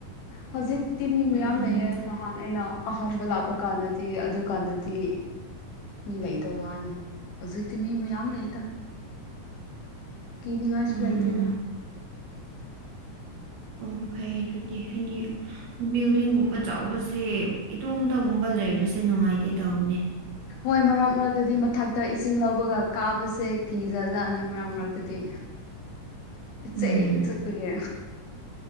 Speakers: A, on the left; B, on the right.
A: ꯍꯧꯖꯤꯛꯄꯨꯗꯤ ꯃꯤ ꯃꯌꯥꯝ
B: ꯎꯝ
A: ꯂꯩꯌꯦ
B: ꯎꯝ
A: ꯅꯍꯥꯟ ꯑꯩꯅ ꯑꯍꯥꯟꯕ ꯂꯥꯛꯄ ꯀꯥꯟꯗꯗꯤ ꯑꯗꯨꯀꯥꯟꯗꯗꯤ ꯃꯤ ꯂꯩꯇꯕ ꯋꯥꯅꯤ ꯍꯧꯖꯤꯛꯇꯤ ꯃꯤ ꯃꯌꯥꯝ ꯂꯩꯗ ꯀꯤꯅꯤꯡꯉꯥꯏꯁꯨ
B: ꯎꯝ
A: ꯂꯩꯇꯦꯗ
B: ꯎꯝ ꯑꯣ ꯐꯩꯌꯦ ꯑꯗꯨꯗꯤ ꯍꯥꯏꯗꯤ ꯕꯤꯜꯗꯤꯡꯒꯨꯝꯕ ꯆꯥꯎꯕꯁꯦ ꯏꯇꯣꯝꯇꯒꯨꯝꯕ ꯂꯩꯕꯁꯦ ꯅꯨꯡꯉꯥꯏꯇꯦ ꯇꯧꯕꯅꯦ
A: ꯍꯣꯏ ꯃꯔꯛ ꯃꯔꯛꯇꯗꯤ ꯃꯊꯛꯇ ꯏꯁꯤꯡ ꯂꯧꯕꯒ ꯀꯥꯕꯁꯦ ꯀꯤꯖꯥ ꯖꯠꯅꯤ ꯃꯔꯛ ꯃꯔꯛꯇꯗꯤ ꯄꯤꯁꯦꯛꯄꯤꯛꯄꯒꯤ
B: ꯎꯝ